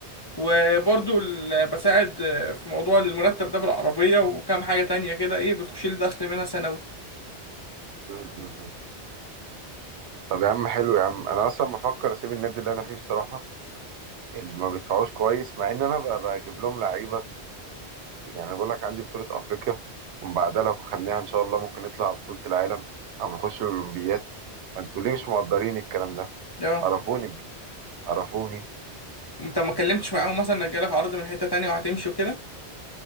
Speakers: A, on the left; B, on the right.
A: وبرضو ال- بساعد آه، في موضوع المرتب ده بالعربية وكام حاجة تانية كده ايه بتخش لي دخل منها سنوي
B: أمم، أمم. طب يا عم حلو يا عم انا اصلا بفكر اسيب النادي اللي انا فيه بصراحه اللي ما بيدفعوش كويس مع ان انا ب- بجيب لهم لعيبه يعني أنا بقول لك عندي بطولة أفريقيا ومن بعدها لو خدناها إن شاء الله ممكن نطلع على بطولة العالم أو نخش الأولمبياد فأنتوا ليه مش مقدرين الكلام ده؟
A: اه
B: قرفوني بجد قرفوني
A: انت ما اتكلمتش معاهم مثلا انك جالك عرض من حتة تانية وهتمشي وكده